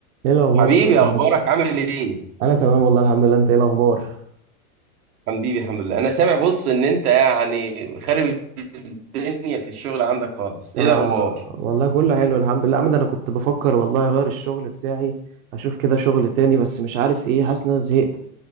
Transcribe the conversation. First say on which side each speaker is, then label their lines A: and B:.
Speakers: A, on the right; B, on the right.
A: ايه الاخبار
B: حبيبي
A: يا
B: اخبارك
A: عم؟
B: عامل ايه
A: انا تمام والله الحمد لله انت ايه الاخبار
B: حبيبي الحمد لله انا سامع بص ان انت يعني خارب الدنيا في الشغل عندك خالص ايه
A: آه
B: الاخبار
A: والله كله حلو الحمد لله عمد انا كنت بفكر والله اغير الشغل بتاعي اشوف كده شغل تاني بس مش عارف ايه حاسس ان انا زهقت